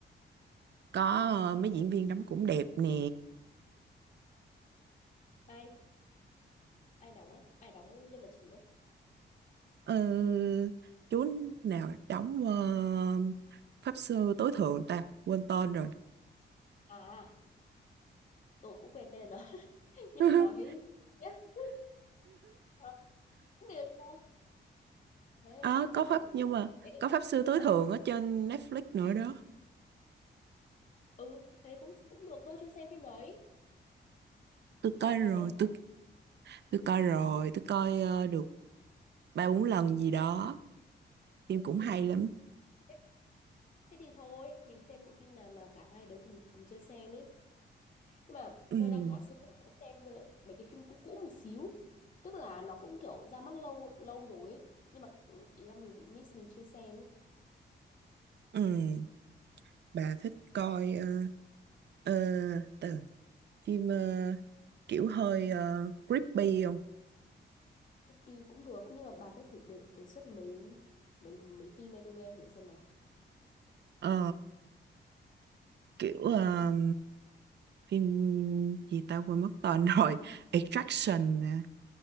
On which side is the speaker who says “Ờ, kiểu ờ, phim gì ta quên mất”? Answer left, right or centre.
Right